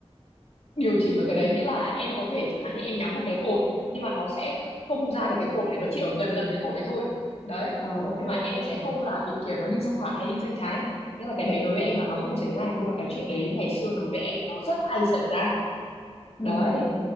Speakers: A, on the left; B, on the left.
A: điều chỉnh được cái đấy, nghĩa là em có thể chẳng hạn như em nhắm vào cái cột nhưng mà nó sẽ không ra được cái cột đấy, nó chỉ ở gần gần cái cột đấy thôi. Đấy.
B: Ờ, ok
A: Nhưng mà em
B: ok
A: sẽ
B: hiểu.
A: không là bị kiểu nó đi sang phải hay đi sang trái. Nghĩa là cái đấy đối với em là nó không xảy ra nhưng mà cái chuyện đấy ngày xưa đối với em nó rất hay xảy ra.
B: ừ
A: Đấy.
B: ừ ừ